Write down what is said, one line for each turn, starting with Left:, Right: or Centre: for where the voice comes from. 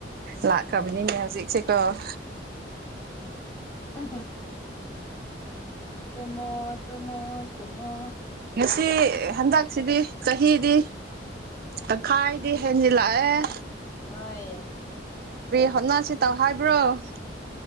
Right: ꯂꯥꯛꯈ꯭ꯔꯕꯅꯤꯅꯦ
Left: ꯍꯣꯏ
Right: ꯍꯧꯖꯤꯛꯁꯦꯀꯣ <inaudible>
Left: ꯎ ꯇꯃꯣ ꯇꯃꯣ ꯇꯃ
Right: ꯁꯤ ꯍꯟꯗꯛꯁꯤꯗꯤ ꯆꯍꯤꯗꯤ ꯑ ꯈꯥꯏꯗꯤ ꯍꯦꯟꯅꯤꯂꯑ
Left: ꯍꯣꯏ
Right: ꯍꯣꯠꯅꯁꯤ ꯇꯧ ꯍꯥꯏꯕ꯭ꯔꯣ